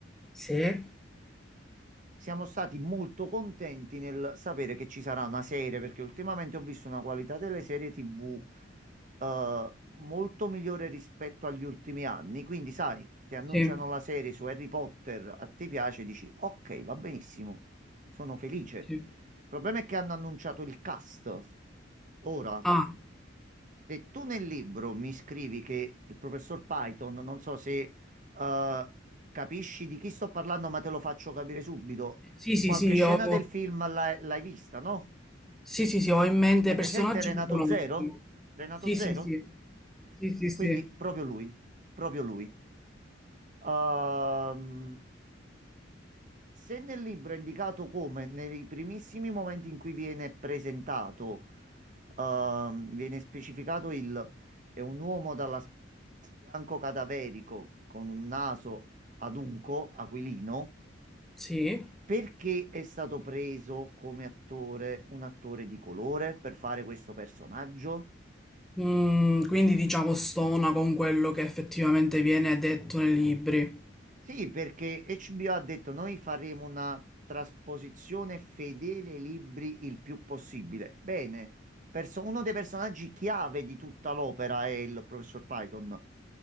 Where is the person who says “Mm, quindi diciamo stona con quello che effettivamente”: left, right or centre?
Centre